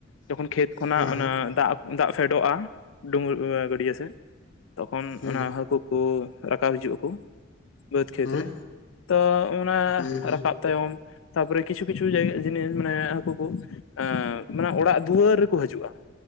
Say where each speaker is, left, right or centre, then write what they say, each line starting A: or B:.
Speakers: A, on the left (about 85°); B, on the left (about 65°).
A: ᱡᱚᱠᱷᱚᱱ ᱠᱷᱮᱛ ᱠᱷᱚᱱᱟᱜ
B: ᱦᱮᱸ
A: ᱚᱱᱟ
B: ᱦᱮᱸ
A: ᱫᱟᱜᱼᱼ ᱫᱟᱜ ᱯᱷᱮᱰᱚᱜ-ᱟ ᱰᱩᱢᱩ ᱜᱟᱹᱰᱭᱟᱹ ᱥᱮᱫ ᱛᱚᱠᱷᱚᱱ
B: ᱦᱮᱸ
A: ᱚᱱᱟ ᱦᱟᱹᱠᱩᱼᱼ ᱠᱚ ᱨᱟᱠᱟᱵ ᱦᱤᱡᱩᱜ ᱟᱠᱚ ᱵᱟᱹᱫᱽ ᱠᱷᱮᱛ
B: ᱦᱮᱸ
A: ᱨᱮ, ᱛᱚ ᱚᱱᱟ
B: ᱦᱮᱸ
A: ᱨᱟᱠᱟᱵᱼᱼ
B: ᱦᱮᱸ
A: ᱛᱟᱭᱚᱢ ᱛᱟᱨᱯᱚᱨᱮ ᱠᱤᱪᱷᱩ ᱠᱤᱪᱷᱩ ᱡᱟᱭᱜᱟ ᱡᱤᱱᱤᱥ ᱢᱟᱱᱮ ᱦᱟᱹᱠᱩ ᱠᱚᱼᱼ ᱮ ᱢᱟᱱᱮ ᱚᱲᱟᱜ ᱫᱩᱣᱟᱹᱨ ᱨᱮᱠᱚ ᱦᱤᱡᱩᱜ-ᱟ ᱾